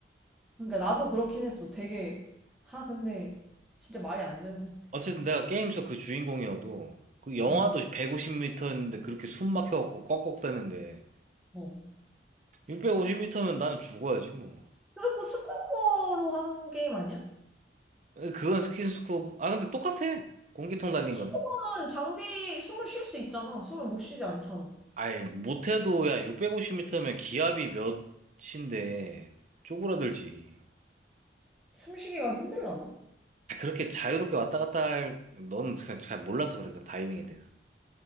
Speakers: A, in the centre; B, on the right (about 45°).
A: 그러니까 나도 그렇긴 했어. 되게. 아, 근데 진짜 말이 안 되는 것 같아.
B: 어쨌든 내가 게임 속 그 주인공이어도 그 영하도
A: 어,
B: 150m였는데 그렇게 숨 막혀갖고 꺽꺽대는데
A: 어.
B: 650m면 나는 죽어야지 뭐.
A: 근데 그거 스쿠버로 하는 게임 아니야?
B: 그건 스킨스쿠버. 아 근데 똑같아. 공기통 달린
A: 스쿠버는
B: 거는.
A: 장비 숨을 쉴 수 있잖아. 숨을 못 쉬지 않잖아.
B: 아이 못해도 야 650m면 기압이 몇인데 쪼그라들지.
A: 숨쉬기가 힘들라나?
B: 아, 그렇게 자유롭게 왔다 갔다 할, 넌 잘 몰라서 그래, 그 다이빙에 대해서.